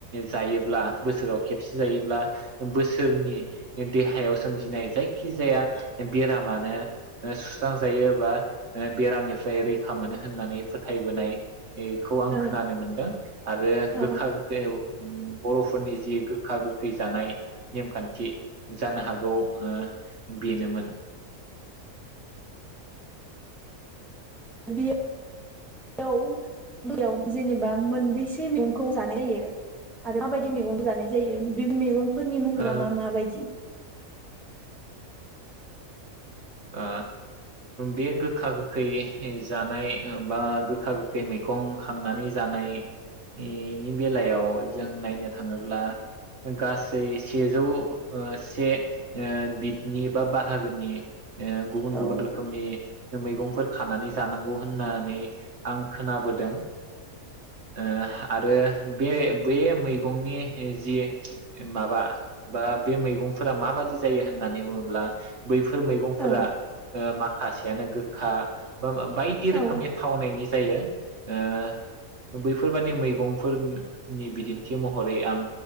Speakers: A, on the right; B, in the centre.
A: जायोब्ला बोसोराव खेबसे जायोब्ला बोसोरनि देहायाव सोम जिनाय जायखिजाया बेरामानो सुस्रांजायो बा ओ बेरामनिफ्राय रैखा मोनो होननानै फोथायबोनाय बेखौ आं
B: औ
A: खोनानो मोनदों आरो
B: औ
A: गोखा गोखै बर'फोरनि जि गोखा गोखै जानाय नेमखान्थि जानो हागौ ओ बेनोमोन।
B: बे <unintelligible> जेनेबा मोनबैसे मैगंखौ जानाय जायो आरो माबायदि मैगं जानाय जायो बे मैगं फोरनि मुंग्रा
A: ओ
B: मा माबायदि?
A: ओ बे गोखा गोखै जानाय बा गोखा गोखै मैगं खांनानै जानाय इनि बेलायाव जों नायनो थाङोब्ला गासै सेजौ ओ से ओ बिदनि बा बाहागोनि ओ गुबुन
B: औ
A: गुबुन रोखोमनि मैगंफोर खानानै जानांगौ होननानै आं खोनाबोदों ओ आरो बे बेै गंनि जि माबा बा बे मैगंफोरा माबादि? जायो होननानै बुङोब्ला बैफोर मै फोरा
B: औ
A: ओ मा माखासेयानो गोखा बा बाय बायदि
B: औ
A: रोखोमनि थावनायनि जायो ओ बैफोरबादि मैगं फोरनि बिदिन्थि महरै आं